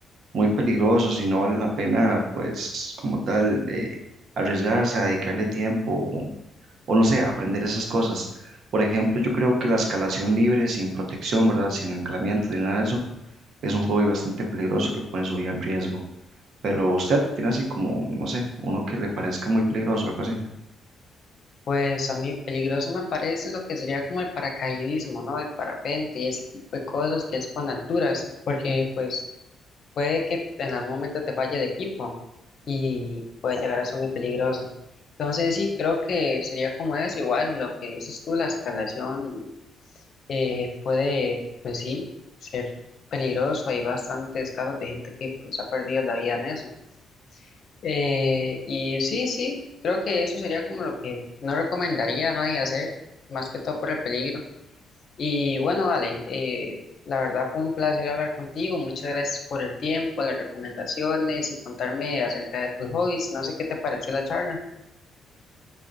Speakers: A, on the right; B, on the left.
A: muy peligrosos y no vale la pena, pues, como tal, de arriesgarse a dedicarle tiempo o, o no sé, aprender esas cosas. Por ejemplo, yo creo que la escalación libre, sin protección, ¿verdad? Sin anclamiento ni nada de eso, es un hobby bastante peligroso que pone su vida en riesgo. Pero usted tiene así como, no sé, uno que le parezca muy peligroso, algo así.
B: Pues a mí peligroso me parece lo que sería como el paracaidismo, ¿no? El parapente y ese tipo de cosas que es con alturas, porque pues puede que en algún momento te falle el equipo y puede llegar a ser muy peligroso. Entonces sí, creo que sería como eso, igual lo que dices tú, la escalación eh, puede, pues sí, ser peligroso. Hay bastantes casos de gente que pues ha perdido la vida en eso. Eh, y sí, sí, creo que eso sería como lo que no recomendaría a nadie hacer, más que todo por el peligro. Y bueno, dale, eh, la verdad fue un placer hablar contigo. Muchas gracias por el tiempo, las recomendaciones y contarme acerca de tus hobbies. No sé qué te pareció la charla.